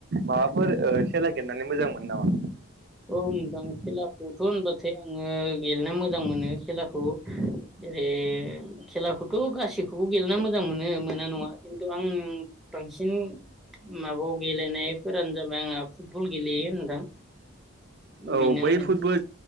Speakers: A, on the right; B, in the centre.
A: माबाफोर ओ खेला गेलनानै मोजां मोन नो नामा?
B: औ, नोंथां खेलाखौथ' होनबाथाय आङो गेलेना मोजां मोनो खेलाखौ। ओरै खेलाखौथ' गासिबखौबो गेलेना मोजां मोनो मोना नङा ।खिन्थु आं बांसिन माबायाव गेलेनायफोरानो जाबाय, आंहा फुटबल गेलेयो नोंथां।
A: औ,
B: बेनो
A: बै
B: आंनिया
A: फुटबल